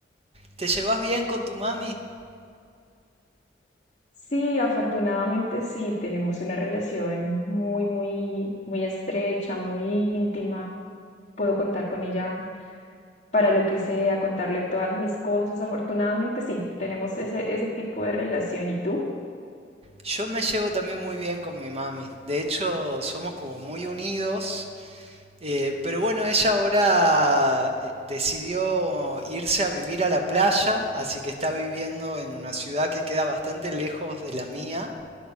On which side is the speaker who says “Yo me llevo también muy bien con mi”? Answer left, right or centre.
Right